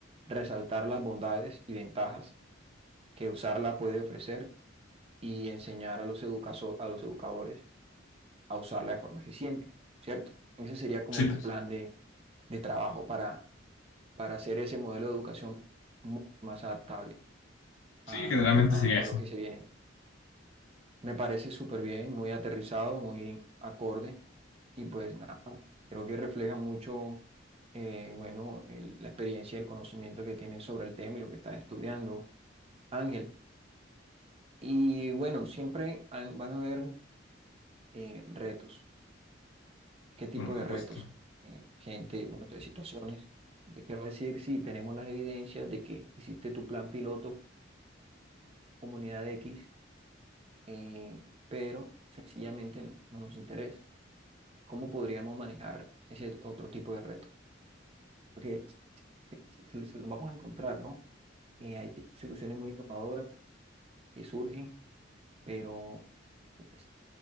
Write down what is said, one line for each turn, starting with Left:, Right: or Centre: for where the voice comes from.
Right: resaltar las bondades y ventajas que usarla puede ofrecer y enseñar a los educazo- a los educadores a usarla de forma eficiente, ¿cierto? Ese sería como
Left: sí,
Right: tu plan de, de trabajo para, para hacer ese modelo de educación mu- más adaptable
Left: sí,
Right: a,
Left: generalmente
Right: a lo, a
Left: sería eso,
Right: a lo que se viene. Me parece súper bien, muy aterrizado, muy acorde Y pues nada, creo que refleja mucho, eh, bueno, el- la experiencia el conocimiento que tienes sobre el tema y lo que estás estudiando, Ángel. Y bueno, siempre han- van a haber eh, retos. ¿Qué tipo
Left: por supuesto.
Right: de retos? Eh, gente, bueno, de situaciones. Te quiero decir, sí, tenemos las evidencias de que hiciste tu plan piloto, comunidad X, eh, pero sencillamente no, no nos interesa. ¿Cómo podríamos manejar ese otro tipo de reto? Porque se- se- se se lo vamos a encontrar, ¿no? eh, hay soluciones muy innovadoras que surgen, pero quienes